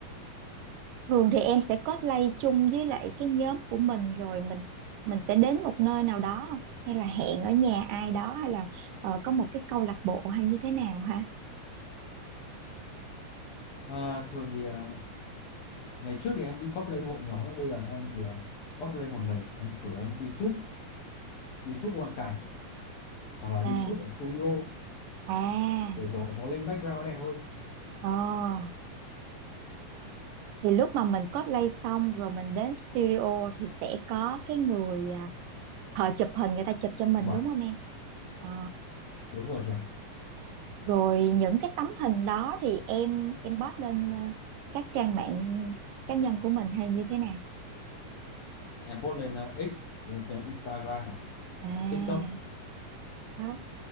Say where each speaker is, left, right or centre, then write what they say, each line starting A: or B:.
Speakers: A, on the right; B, on the left.
A: Thường thì em sẽ cosplay chung với lại cái nhóm của mình rồi mình mình sẽ đến một nơi nào đó không? Hay là hẹn ở nhà ai đó hay là ờ, có một cái câu lạc bộ hay như thế nào ha?
B: Ờ, thường thì ờ, ngày trước thì em đi cosplay theo hội nhóm nhưng bây giờ em thì ờ, cosplay một mình em chủ yếu em đi shoot đi shoot ngoại cảnh hoặc là
A: À,
B: đi shoot ở studio
A: à,
B: để cho nó lên background đẹp hơn
A: ờ. Thì lúc mà mình cosplay xong rồi mình đến studio thì sẽ có cái người à, họ chụp hình người ta chụp cho mình
B: chụp ảnh
A: đúng không em? Ờ.
B: đúng rồi chị ạ
A: Rồi những cái tấm hình đó thì em em post lên ờ, các trang mạng cá nhân của mình hay như thế nào?
B: em post lên ờ, X lên Instagram
A: À.
B: TikTok
A: Không.